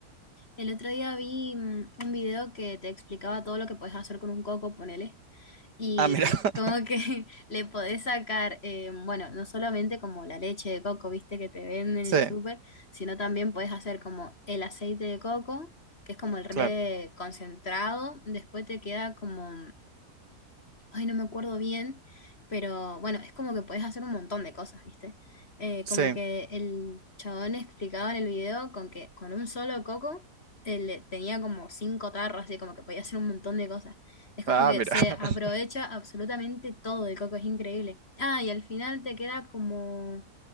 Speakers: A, on the left; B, on the right.
A: El otro día vi mm, un video que te explicaba todo lo que puedes hacer con un coco, ponele Y
B: Ah, mira.
A: ca-
B: <laughs>
A: como que <laughs> le podés sacar, eh, bueno, no solamente como la leche de coco, viste, que te venden
B: Sí,
A: en el súper, sino también podés hacer como el aceite de coco, que es como el re
B: claro.
A: concentrado, después te queda como ay, no me acuerdo bien, pero bueno, es como que podés hacer un montón de cosas, ¿viste? Eh,
B: Sí.
A: como que el chabón explicaba en el video con que con un solo coco eh, le- tenía como cinco tarros, así como que podía hacer un montón de cosas. Es como
B: Ah,
A: que
B: mira.
A: se aprovecha
B: <laughs>
A: absolutamente todo el coco, es increíble. Ah, y al final te queda como,